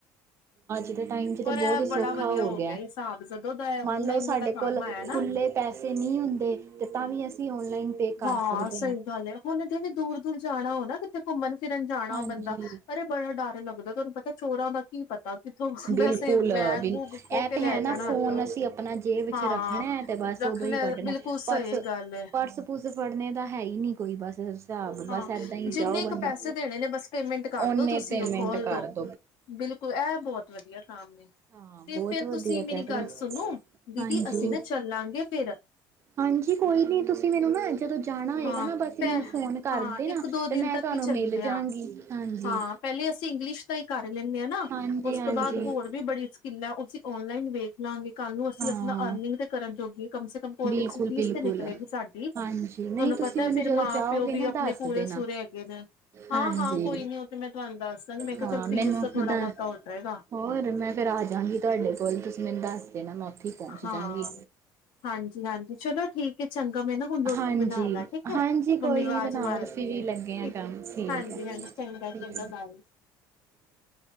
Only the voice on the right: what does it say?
ਅੱਜ ਦੇ ਟਾਈਮ ਚ
ਤੇ
ਬਹੁਤ ਸੌਖਾ
ਹੋ ਗਿਆ
ਮੰਨ ਲਓ ਸਾਡੇ
ਕੋਲ
ਖੁੱਲੇ ਪੈਸੇ ਨਹੀਂ ਹੁੰਦੇ ਤੇ ਤਾਂ ਵੀ ਅਸੀਂ ਔਨਲਾਈਨ। ਪੇ
ਕਰ ਸਕਦੇ
ਹਾਂਜੀ
ਬਿਲਕੁਲ
ਬਿਲਕੁ
ਇਹ
ਤਾਂ
ਹੈ
ਨਾ ਫੋਨ
ਅਸੀਂ ਆਪਣਾ ਜੇਬ ਵਿੱਚ
ਰੱਖਣਾ ਹੈ ਤੇ ਬਸ।
ਉਦੋਂ ਹੀ ਕੱਢਣੇ
ਪਰਸ
ਪੁਰਸ ਫੜਨੇ ਤਾਂ ਹੈ ਹੀ ਨਹੀਂ ਕੋਈ ਬਸ। ਹਿਸਾਬ ਬਸ
ਏਦਾਂ ਹੀ
ਜਾਓ ਬੰਦਾ
ਓਨੇ
ਪੇਮੈਂਟ
ਕਰ
ਦੀ।
ਹਾਂ
ਬਹੁਤ
ਵਧੀਆ
ਕਹਿ
ਰਹੇ
ਹਾਂਜੀ
ਹਾਂਜੀ ਕੋਈ ਨੀ ਤੁਸੀਂ ਮੈਨੂੰ ਨਾ ਜਦੋਂ ਜਾਣਾ ਹੋਏਗਾ
ਨਾ ਬਸ
ਮੈਨੂੰ ਫੋਨ ਕਰਦੇ
ਨਾ
ਤੇ ਮੈਂ
ਤੁਹਾਨੂੰ
ਮਿਲ ਜਾਗੀ
ਹਾਂਜੀ।
ਹਾਂਜੀ
ਹਾਂਜੀ
ਹਾਂ
ਬਿਲਕੁਲ-ਬਿਲਕੁਲ
ਹਾਂਜੀ ਨਹੀਂ
ਤੁਸੀਂ
ਮੈਨੂੰ
ਜਦੋਂ
ਜਾਓਗੇ
ਨਾ
ਦੱਸ
ਦੇਣਾ।
ਹਾਂਜੀ।
ਹਾਂ
ਮੈਨੂੰ
ਦਾ
ਹੋਰ ਮੈਂ ਫ਼ੇਰ ਆਜਾਂਗੀ ਤੁਹਾਡੇ ਕੋਲ ਤੁਸੀਂ ਮੈਨੂੰ ਦੱਸ ਦੇਣਾ ਮੈਂ ਉੱਥੇ ਹੀ ਪਹੁੰਚ
ਜਾਂਗੀ।
ਹਾਂਜੀ-ਹਾਂਜੀ
ਕੋਈ
ਨੀ ਬਣਾਓ
ਅਸੀਂ
ਵੀ ਲੱਗੇ ਆ ਕੰਮ ਠੀਕ
ਆ। ਠੀਕ।